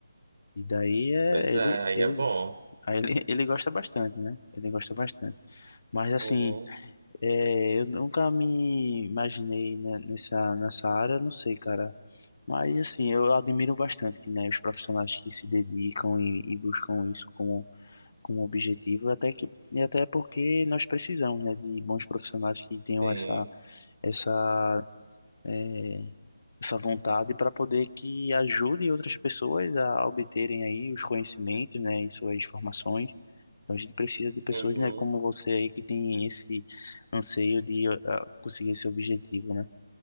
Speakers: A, on the left; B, on the right.
A: E daí é,
B: Pois
A: ele,
B: é, aí
A: ele,
B: é bom.
A: aí ele, <laughs> ele gosta bastante, né? Ele gosta bastante. Mas assim,
B: Uhum,
A: é, eu nunca me imaginei né, nessa, nessa área, não sei, cara. Mas assim, eu admiro bastante, né, os profissionais que se dedicam e, e buscam isso como, como objetivo, até que, e até porque nós precisamos, né, de bons profissionais que tenham
B: sim.
A: essa, essa, é, essa vontade para poder que ajude outras pessoas a obterem aí os conhecimentos, né, e suas formações. Então a gente precisa de pessoas,
B: Uhum,
A: né, como você aí que tem esse anseio de ah, conseguir esse objetivo, né?